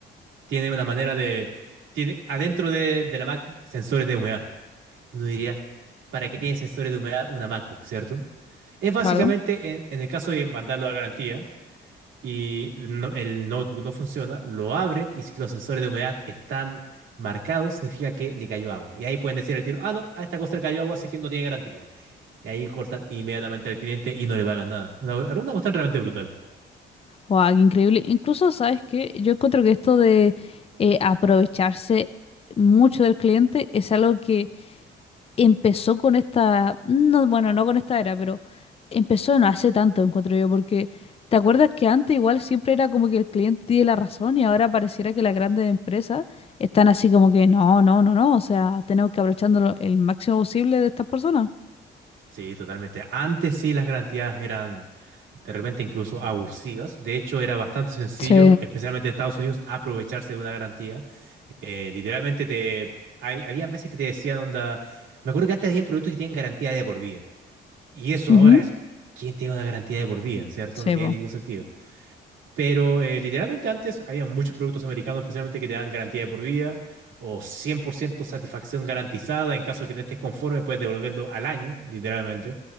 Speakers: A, on the right; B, on the left.
A: tiene una manera de... Tiene adentro de, de la MacBook sensores de humedad. Y uno diría, ¿para qué tiene sensores de humedad una MacBook, cierto? Es básicamente
B: claro.
A: en, en el caso de mandarlo a garantía y el no- el notebook no funciona, lo abren y si los sensores de humedad están marcados, significa que le cayó agua. Y ahí pueden decir al tiro, ah, no, a esta cosa le cayó agua, así que no tiene garantía. Y ahí cortan inmediatamente al cliente y no le pagan nada. Una, una cuestión realmente brutal.
B: Wow, qué increíble. Incluso, ¿sabes qué? Yo encuentro que esto de eh, aprovecharse mucho del cliente es algo que empezó con esta, no, bueno, no con esta era, pero empezó no hace tanto, encuentro yo, porque ¿te acuerdas que antes igual siempre era como que el cliente tiene la razón y ahora pareciera que las grandes empresas están así como que no, no, no, no, o sea, tenemos que aprovecharnos el máximo posible de estas personas?
A: Sí, totalmente. Antes sí las garantías eran de repente incluso abusivas. De hecho, era bastante sencillo,
B: Sí.
A: especialmente en Estados Unidos, aprovecharse de una garantía. Eh, literalmente te... hay- habían veces que te decían, onda, me acuerdo que antes había productos que tienen garantía de por vida. Y eso
B: Ujú.
A: ahora es, ¿quién tiene una garantía de por vida? ¿Cierto?
B: Sí,
A: No tiene
B: pues.
A: ningún sentido. Pero eh, literalmente antes había muchos productos americanos, especialmente que te dan garantía de por vida o 100% satisfacción garantizada. En caso de que no estés conforme, puedes devolverlo al año, literalmente.